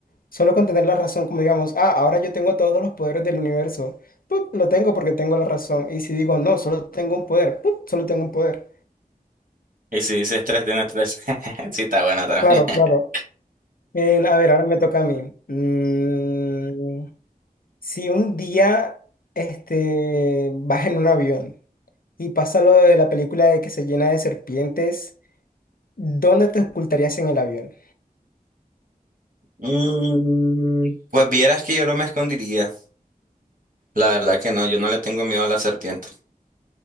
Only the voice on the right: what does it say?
Y si dices tres, tienes tres. <laughs> Sí, está buena también.
<laughs>
Mm, pues vieras que yo no me escondiría. La verdad que no, yo no le tengo miedo a la serpiente.